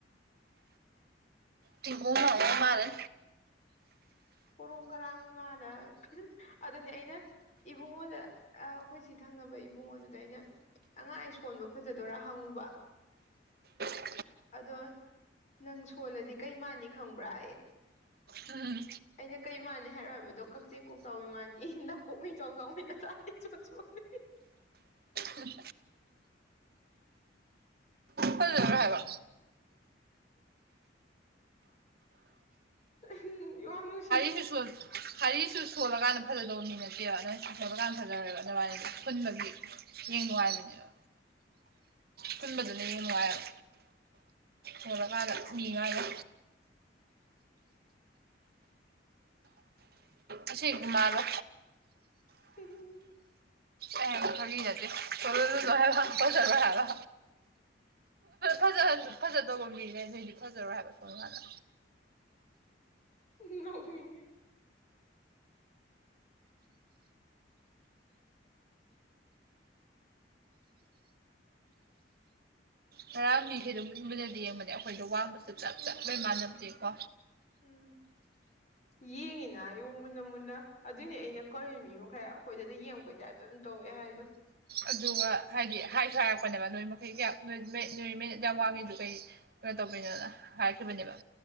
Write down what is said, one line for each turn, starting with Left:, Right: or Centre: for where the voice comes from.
Right: ꯇꯤꯡꯒꯣ ꯃꯑꯣꯣ ꯃꯥꯔ
Left: ꯀꯣꯔꯣꯡ ꯀꯔꯥꯡ ꯂꯥꯟꯅ ꯑꯗꯨꯅꯦ ꯑꯩꯅ ꯏꯕꯨꯡꯉꯣꯗ ꯑꯩꯈꯣꯏ ꯁꯤ ꯊꯪꯅꯕ ꯏꯕꯨꯡꯉꯣꯗꯨꯗ ꯑꯩꯅ ꯑꯉꯥꯡ ꯁꯣꯟꯕ ꯐꯖꯗꯣꯏꯔꯥ ꯍꯪꯉꯨꯕ
Right: ꯎꯝ
Left: ꯑꯗꯣ ꯅꯪ ꯁꯣꯜꯂꯗꯤ ꯀꯩ ꯃꯥꯥꯟꯅꯤ ꯈꯪꯕ꯭ꯔꯥ
Right: ꯎꯝ
Left: ꯑꯩꯅ ꯀꯩ ꯃꯥꯥꯟꯅꯤ ꯍꯥꯏꯔꯣ ꯍꯥꯏꯕꯗꯣ ꯀꯛꯆꯤꯡ ꯀꯣꯛꯆꯥꯎꯕꯤ ꯃꯥꯥꯟꯅꯤ ꯅꯅꯥꯀꯣꯛꯅꯤ ꯏꯆ ꯆꯥꯎꯥꯎꯉꯅ ꯆ ꯆꯣꯂ
Right: ꯎꯝ ꯍꯖ ꯍꯥꯏꯕꯣ
Left: ꯎꯝ ꯌ ꯋꯥꯅ
Right: ꯍꯁꯨ ꯁ ꯍꯔꯤꯁꯨ ꯁꯣꯜꯂꯀꯥꯟꯗ ꯐꯖꯗꯧꯅꯤ ꯅꯠꯇꯦꯕ ꯅ ꯁꯣꯜꯂꯀꯥꯟꯗ ꯐꯖꯔꯣꯏꯦꯕ ꯉꯥꯏ ꯄꯨꯟꯕꯒꯤ ꯌꯦꯡ ꯅꯨꯡꯉꯥꯏꯕꯅꯦꯕ ꯄꯨꯟꯕꯗꯨꯅ ꯌꯥꯝ ꯅꯨꯡꯉꯥꯏꯌꯦꯕ ꯊꯣꯜꯂꯀꯥꯟꯗ ꯅꯤꯉꯥꯏꯒ ꯑꯁꯤꯁ ꯃꯥꯔ
Left: ꯎꯝ
Right: ꯑꯦꯊ ꯍꯥꯏꯗꯤꯦ ꯁ ꯂꯕ ꯄꯖ ꯍꯥꯏꯕ ꯐꯖꯍꯟꯁꯨ ꯐꯖꯗꯧꯕ ꯃꯤꯅꯦ ꯅꯣꯏꯗꯤ ꯐꯖꯔꯣꯏ ꯍꯥꯏꯕ ꯁꯣ ꯅꯉꯜꯂ
Left: ꯅꯃꯤꯉ
Right: ꯇꯔꯥ ꯃꯤꯈꯩꯗꯣ ꯃꯟꯕꯟꯅꯗꯤ ꯌꯦꯡꯕꯗ ꯑꯩꯈꯣꯏꯗꯣ ꯋꯥꯡꯕꯁꯨ ꯆꯞ ꯆꯞ ꯂꯩꯩ ꯃꯥꯟꯅꯗꯦꯀꯣ
Left: ꯎꯝ ꯌꯦꯡꯉꯤꯅ ꯌꯨ ꯃꯨꯟꯅ ꯃꯨꯟꯅ ꯑꯗꯨꯏꯅꯦ ꯑꯩꯅ ꯀꯧꯔꯏ ꯃꯤ ꯃꯈꯩ ꯑꯩꯈꯣꯏꯗꯗꯤ ꯌꯦꯡꯉꯛꯄꯩꯇꯥꯥꯏ ꯇꯧꯋꯦ ꯍꯥꯏꯣ
Right: ꯑꯗꯨꯒ ꯍꯥꯏꯗꯤ ꯍꯥꯏꯁꯨ ꯍꯥꯏꯔꯛꯄꯅꯦꯕ ꯅꯣꯏ ꯃꯈꯩ ꯀ ꯅꯣꯏ ꯅꯣꯏꯃꯩꯅ ꯌꯥꯝ ꯋꯥꯡꯉꯤꯗꯨ ꯀꯩ ꯀꯩꯅꯣ ꯇꯧꯕꯤꯅꯣꯅ ꯍꯥꯏꯈꯤꯕꯅꯦꯕ